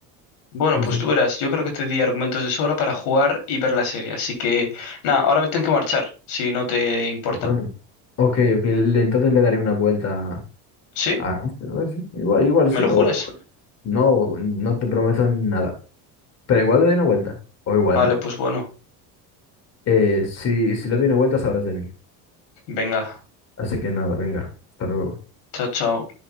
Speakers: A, on the left; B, on the left.
A: Bueno,
B: no
A: pues
B: sé.
A: tú verás, yo creo que te di argumentos de sobra para jugar y ver la serie, así que nada, ahora me tengo que marchar, si no te importa.
B: Bueno, ok, ok, le- entonces le daré una vuelta
A: ¿Sí?
B: a... a- sí, Igual, igual
A: ¿Me
B: sí,
A: lo juras?
B: o no, no te prometo nada. Pero igual le daré una vuelta, o igual,
A: Vale,
B: ¿no?
A: pues bueno,
B: Eh, si, si le doy una vuelta, sabrás de mí.
A: venga,
B: Así que nada, venga. Hasta luego.
A: chao, chao.